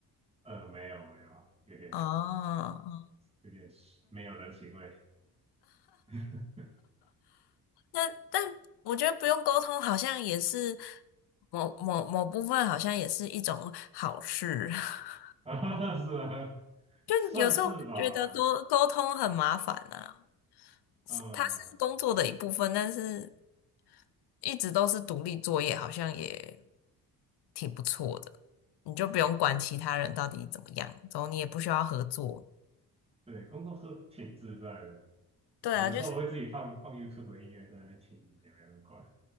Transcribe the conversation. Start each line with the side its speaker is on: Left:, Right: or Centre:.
Right: 呃，没有没有，有点
Left: 哦，哦
Right: 有点没有人情味，<laughs>
Left: 那但我觉得不用沟通，好像也是某某某部分，好像也是一种好事。<laughs>
Right: 啊，是啊，
Left: 就有时候觉得沟沟通很麻烦啊，
Right: 算是吧，嗯，
Left: 是它是工作的一部分，但是一直都是独立作业，好像也挺不错的。你就不用管其他人到底怎么样，然后你也不需要合作。
Right: 对，工作是挺自在的，
Left: 对啊，
Right: 有时候我会自己放放
Left: 就是
Right: YouTube 的音乐在那边听，也没人管，